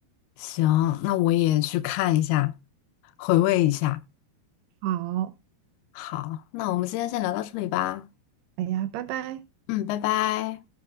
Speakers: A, on the left; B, on the right.
A: 行，那我也去看一下，回味一下。
B: 好，
A: 好，那我们今天先聊到这里吧。
B: 哎呀，拜拜。
A: 嗯，拜拜。